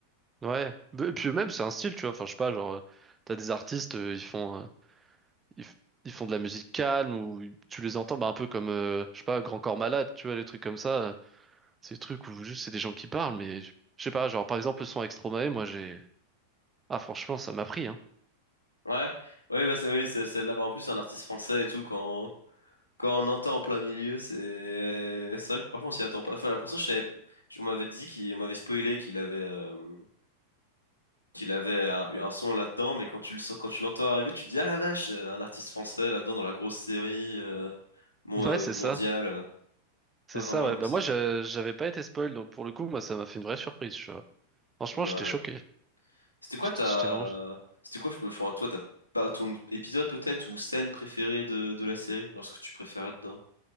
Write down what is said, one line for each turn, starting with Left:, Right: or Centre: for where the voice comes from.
Right: Ouais. Et puis même c'est un style, tu vois, enfin je sais pas, genre euh, t'as des artistes, euh, ils font euh, ils, f- ils font de la musique calme ou ils- tu les entends bah, un peu comme euh, je sais pas, Grand Corps Malade, tu vois, des trucs comme ça. Ces trucs où juste c'est des gens qui parlent, mais je je sais pas, genre par exemple le son avec Stromae, moi j'ai... Ah franchement, ça m'a pris, hein.
Left: Ouais, ouais, bah c'est oui, c'est celle-là. Bah, en plus, c'est un artiste français et tout. Quand quand on entend en plein milieu, c'est c'est vrai que parfois on s'y attend pas. Enfin, la personne, je savais, je- on m'avait dit qu'il, on m'avait spoilé qu'il avait euh, qu'il avait un, un son là-dedans, mais quand tu le sens, quand tu l'entends arriver, tu te dis ah la vache, euh, un artiste français là-dedans dans la grosse série euh, mon-
Right: Ouais,
Left: euh,
Right: c'est
Left: mondiale.
Right: ça. C'est
Left: Pas vraiment
Right: ça, ouais.
Left: aimé
Right: Bah
Left: ça.
Right: moi je- j'avais pas été spoil, donc pour le coup, moi ça m'a fait une vraie surprise, tu vois. Franchement,
Left: Ouais.
Right: j'étais choqué.
Left: C'était quoi
Right: J'étais
Left: ta,
Right: j'étais vraiment...
Left: c'était quoi, je- enfin, toi, t'as pas ton épisode peut-être ou scène préférée de de la série, genre ce que tu préférais dedans?